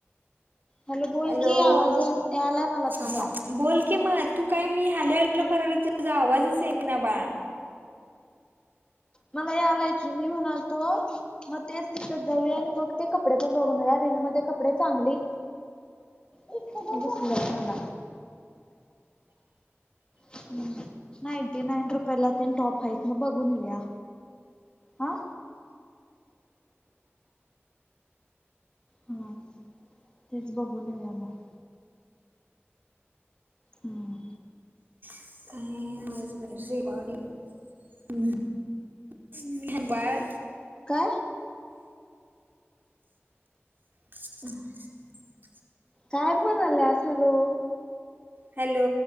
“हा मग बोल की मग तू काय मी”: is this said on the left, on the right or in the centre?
Right